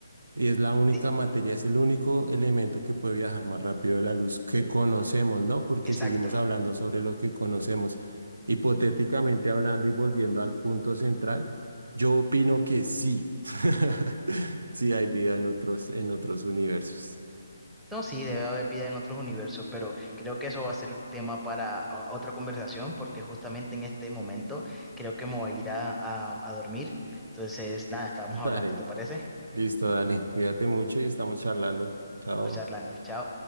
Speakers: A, on the right; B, in the centre.
A: Y es la única
B: sí,
A: materia, es el único elemento que puede viajar más rápido de la luz que conocemos, ¿no? Porque
B: exacto.
A: seguimos hablando sobre lo que conocemos. Hipotéticamente hablando y volviendo al punto central, yo opino que sí. <laughs> Sí hay vida en otros, en otros universos.
B: No, sí, debe haber vida en otros universos, pero creo que eso va a ser tema para o- otra conversación, porque justamente en este momento creo que me voy a ir a, a, a dormir. Entonces, nada,
A: <laughs>
B: estamos
A: Dale.
B: hablando, ¿te parece?
A: Listo, dale. Cuídate mucho y estamos charlando. Chao.
B: Estamos charlando. Chao.